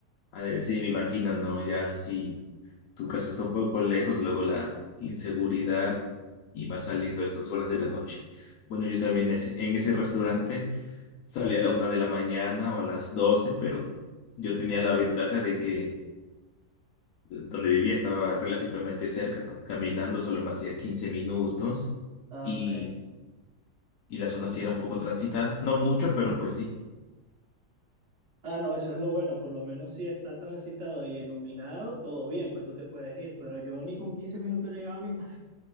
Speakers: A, on the left (about 70°); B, on the right (about 50°).
A: ándale, sí, me imagino, ¿no? Ya si tu casa está un poco lejos, luego la inseguridad y va saliendo a esas horas de la noche. Bueno, yo también ese- en ese restaurante salía a la una de la mañana o a las doce, pero yo tenía la ventaja de que donde vivía estaba relativamente cerca, ¿no? Caminando solo me hacía 15 minutos
B: Ah,
A: y,
B: ok.
A: y la zona sí era un poco transitada, no mucho, pero pues sí.
B: Ah, no, eso es lo bueno, por lo menos si está transitado y iluminado, todo bien, pues tú te puedes ir, pero yo ni con 15 minutos llegaba a mi casa,